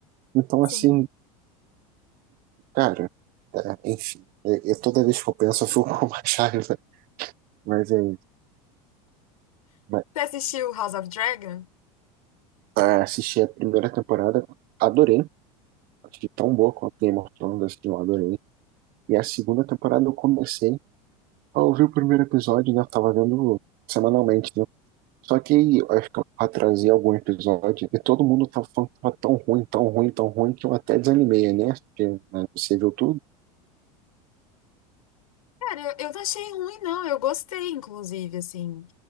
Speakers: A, on the right (about 55°); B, on the left (about 85°).
A: Então,
B: sim.
A: assim, Cara, tá, enfim. Eu, eu- toda vez que eu penso, eu fico <laughs> com mais raiva. Mas é isso. Mas,
B: Você assistiu House of Dragon?
A: ah, assisti a primeira temporada, adorei. Achei tão boa quanto Game of Thrones, assim, eu adorei. E a segunda temporada eu comecei a ouvir o primeiro episódio, né? Eu tava vendo semanalmente, né? Só que aí, eu acho que eu atrasei algum episódio e todo mundo tava falando que tava tão ruim, tão ruim, tão ruim, que eu até desanimei, né? Porque, né, você viu tudo.
B: Cara, eu, eu não achei ruim, não. Eu gostei, inclusive, assim,